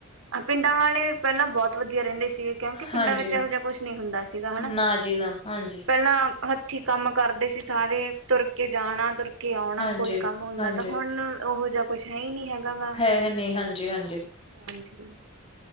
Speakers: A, on the right; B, on the left.
A: ਪਿੰਡਾਂ ਵਾਲੇ ਪਹਿਲਾਂ ਬਹੁਤ ਵਧੀਆ ਰਹਿੰਦੇ ਸੀ। ਕਿਉਂਕਿ ਪਿੰਡਾਂ
B: ਹਾਂਜੀ
A: ਵਿੱਚ ਇਹੋ ਜਿਹਾ ਕੁਛ ਨਹੀਂ ਹੁੰਦਾ ਸੀਗਾ। ਹਨਾ
B: ਨਾ ਜੀ ਨਾ, ਹਾਂਜੀ।
A: ਪਹਿਲਾਂ ਹੱਥੀਂ ਕੰਮ ਕਰਦੇ ਸੀ ਸਾਰੇ, ਤੁਰ ਕੇ ਜਾਣਾ, ਤੁਰ ਕੇ ਆਉਣਾ,
B: ਹਾਂਜੀ
A: ਕੋਈ ਕੰਮ ਹੁੰਦਾ
B: ਹਾਂਜੀ
A: ਤਾਂ। ਹੁਣ ਉਹੋ ਜਿਹਾ ਕੁਛ ਹੈ ਹੀ ਨਹੀਂ ਹੈਗਾ ਗਾ।
B: ਹੈ ਨੀ ਹਾਂਜੀ ਹਾਂਜੀ
A: <unintelligible>